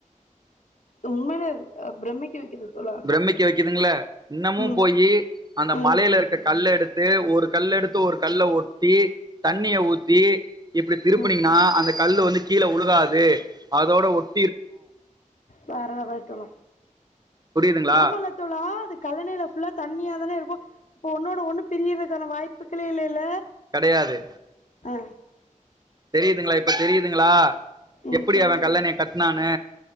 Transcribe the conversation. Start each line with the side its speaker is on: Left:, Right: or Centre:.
Left: உண்மையிலே அ பிரம்மிக்க வைக்குது தோழா
Right: பிரம்மிக்க வை குதுங்கள இன்னமு
Left: ம்
Right: போயி அந்த
Left: ம்
Right: மலையில இருக்க கல் எடுத் து ஒரு கல்லெடுத் து ஒரு கல்ல ஒட்டி தண்ணிய ஊத்தி இப்டி திருப்புனீங்கன்னா
Left: ம்
Right: அந்தக் கல்லு வந்து கீழ உழுகாது அதோட ஒட்
Left: வேற வைக்கலா
Right: புரியுதுங்களா
Left: ஆமால தோழா அது கழணில ஃபுல்லா தண்ணியா தானே இருக்கு அப்போ ஒன்னோட ஒன்னு பிரியதுக்கான வாய்ப்புகளே இல்லல
Right: கெடையாது
Left: அ
Right: தெரியுதுங்களா இப்ப தெரியுதுங்களா
Left: ம்
Right: எப்டி
Left: தெரியுது
Right: அவ கல்லணையக் கட்னானு